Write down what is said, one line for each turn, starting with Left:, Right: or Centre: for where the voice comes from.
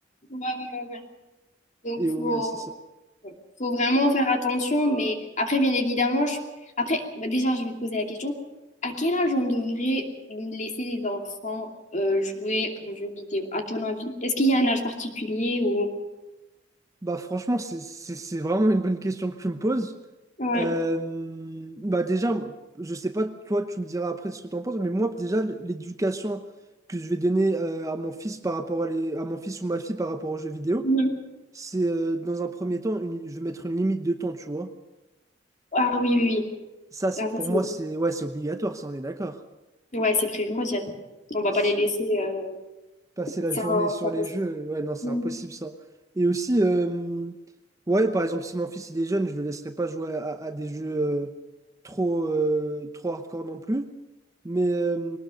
Left: ouais, ouais, ouais. Donc,
Right: Et ouais,
Left: faut,
Right: c'est ça.
Left: faut vraiment faire attention, mais après, bien évidemment, je... après, bah, déjà, je vais te poser la question, à quel âge on devrait laisser les enfants euh, jouer aux jeux vidéo, à ton avis? Est-ce qu'il y a un âge particulier ou...
Right: Bah franchement, c'est c'est- c'est vraiment une bonne question que tu me poses.
Left: Ouais.
Right: Euh, bah déjà, je sais pas, toi, tu me diras après ce que tu en penses, mais moi, déjà, l'éducation que je vais donner euh, à mon fils par rapport à, les, à mon fils ou ma fille par rapport aux jeux vidéo,
Left: Mhm.
Right: c'est euh, dans un premier temps, une- je vais mettre une limite de temps, tu vois.
Left: Ah oui, oui, oui.
Right: Ça, c'est-
Left: Ah, ça,
Right: pour
Left: c'est...
Right: moi, c'est ouais, c'est obligatoire, ça, on est d'accord.
Left: Ouais, c'est primordial. On va
Right: s-
Left: pas les laisser euh,
Right: passer la
Left: ça
Right: journée sur
Left: sans
Right: les
Left: reste-
Right: jeux, ouais, non, c'est
Left: Mhm.
Right: impossible ça. Et aussi, euh, ouais, par exemple, si mon fils il est jeune, je le laisserai pas jouer à, à des jeux euh, trop, euh, trop hardcore non plus. Mais euh,